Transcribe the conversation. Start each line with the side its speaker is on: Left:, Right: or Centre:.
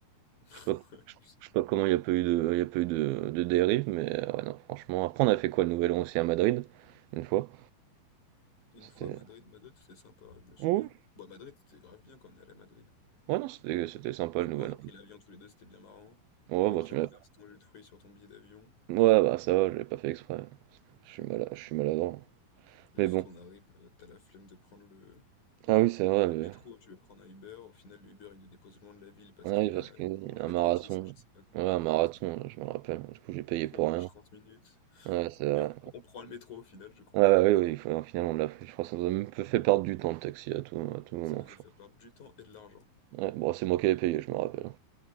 Left: <laughs>
Right: Je sais pas
Left: Ouais, Tu sais
Right: Je sais pas
Left: pourquoi.
Right: comment il n'y a pas eu de, il y a pas eu de, de dérive, mais euh, ouais, non, franchement. Après, on a fait quoi le Nouvel An aussi à Madrid, une fois.
Left: Une
Right: C'était.
Left: fois à Madrid, Madrid c'était sympa, je me souviens.
Right: Ouais,
Left: Bon, à Madrid c'était grave bien quand on est allé à Madrid.
Right: ouais, non, c'était c'était sympa
Left: Hein,
Right: le Nouvel
Left: Quand on a
Right: An.
Left: pris l'avion tous les deux, c'était bien marrant.
Right: Ouais,
Left: Toi
Right: bah,
Left: qui
Right: tu
Left: renverses
Right: m'as.
Left: ton jus de fruits sur ton billet d'avion.
Right: Ouais, bah, ça va, je l'ai pas fait exprès. Je suis malade, je suis maladroit.
Left: Ensuite,
Right: Mais bon.
Left: on arrive, euh, t'as la flemme de prendre le,
Right: Ah oui, c'est vrai, le-
Left: Le métro, tu veux prendre un Uber, au final le Uber il nous dépose loin de la ville parce
Right: on
Left: qu'il
Right: arrive parce
Left: y a
Right: qu'il
Left: une course
Right: y a
Left: d'athlétisme,
Right: un marathon.
Left: je sais pas quoi,
Right: Ouais, un
Left: un marathon.
Right: marathon, je me rappelle. Du coup, j'ai payé
Left: Du coup
Right: pour
Left: on marche
Right: rien.
Left: 30 minutes
Right: Ouais, c'est vrai.
Left: et on, on prend le métro au final je crois.
Right: Ouais, ouais, oui, oui, il faut- finalement, on l'a fait. Je crois que ça nous a même fait perdre du temps le taxi à tout, à tout moment,
Left: Ça nous
Right: je
Left: a
Right: crois.
Left: fait perdre du temps et de l'argent.
Right: Ouais, bon, c'est moi qui avais payé, je me rappelle.